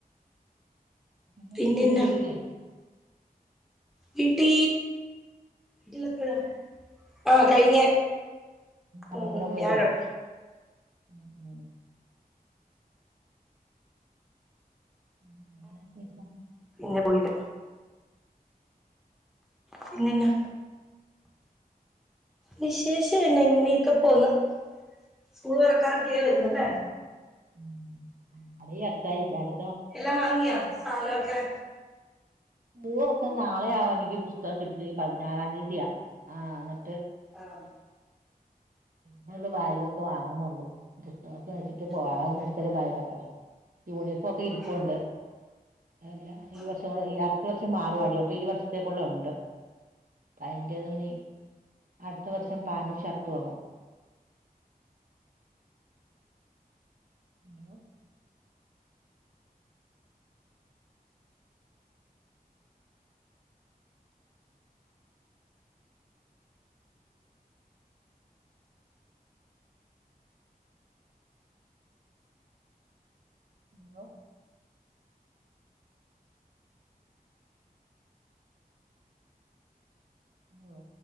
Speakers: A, on the right; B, in the centre.
A: <unintelligible>
B: പിന്നെന്നാ
A: വീട്ടൊന്നും പോയില്ലേ?
B: വീട്ടീ ട്ടിലെപ്പഴാ ആഹ് കഴിഞ്ഞ
A: ആലപ്പുഴ
B: ഉം
A: പോയതോ
B: വ്യാഴം
A: ഉം ഉം ഉം എന്നാ ശേഷം?
B: പിന്നെ പോയില്ല പിന്നന്നാ വിശേഷം എന്നാ ഇങ്ങനെയൊക്കെ പോവ്ന്ന് സ്കൂൾ തൊറക്ക <unintelligible> വരുന്നല്ലേ?
A: ഉം അതീ അടുത്താഴ്ച അട്
B: എല്ലാം വാങ്ങിയോ സാധനൊക്കെ?
A: ഉവ്വ് അപ്പൊ നാളെയാ ആവോ എനിക്ക് പുസ്തകം <unintelligible> പതിനാറാം തീയതിയാ ആ ന്ന്
B: ആഹ്.
A: <unintelligible> ബൈഗൊക്കെ വാങ്ങുന്നൊള്ളു പുസ്തകൊക്കെ വച്ചിട്ട് പോവാറാവു
B: ഉം
A: മേടിച്ചാല് ബൈഗൊക്കെ യൂണ് ക്കെ ഇരിപ്പുണ്ട്
B: ഉം
A: ഇല്ല ഈ
B: ഉം
A: വർഷം കൂടെ <unintelligible> അടുത്ത വർഷം മാറുവാടി അപ്പൊ ഈ വർഷത്തേക്കുള്ള ഒണ്ട് അപ്പ അതിൻ്റെ ഇനി അടുത്ത വർഷം പാൻും ഷർട്ടും ആകും. Hello hello hello